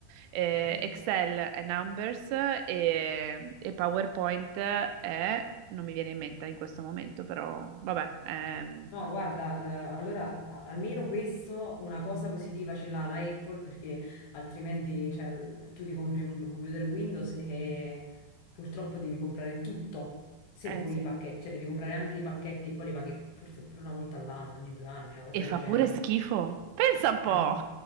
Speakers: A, on the right; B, on the left.
A: eh,
B: Mhm.
A: Excel è Numbers e, e PowerPoint è, non mi viene in mente in questo momento, però vabbè. ehm,
B: no, guarda, eh, allora a- almeno questo una cosa positiva ce l'ha la Apple perché altrimenti cioè, l- tu ti compri un computer Windows e purtroppo devi comprare tutto. Se
A: eh,
B: vuoi
A: sì.
B: i pacchetti, cioè devi comprare anche i pacchetti e poi li paghi forse pure una volta all'anno, ogni due anni, una cosa
A: E
B: del
A: fa
B: genere.
A: pure schifo. Pensa un po'.
B: Eh.